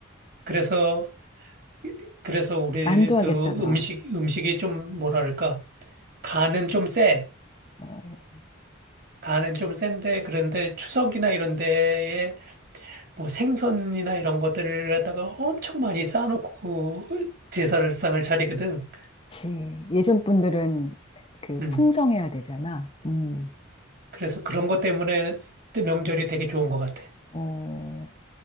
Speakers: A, on the right; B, on the left.
A: 그래서, 그래서 우리도
B: 만두 하겠다, 그럼.
A: 음식, 음식이 좀 뭐랄까. 간은 좀 세.
B: 어,
A: 간은 좀 센데, 그런데 추석이나 이런 데에 뭐 생선이나 이런 것들을 갖다가 엄청 많이 쌓아놓고 제사를상을 차리거든.
B: 그치. 예전 분들은 그
A: 음.
B: 풍성해야 되잖아. 음,
A: 그래서 그런 것 때문에 명절이 되게 좋은 것 같아.
B: 어,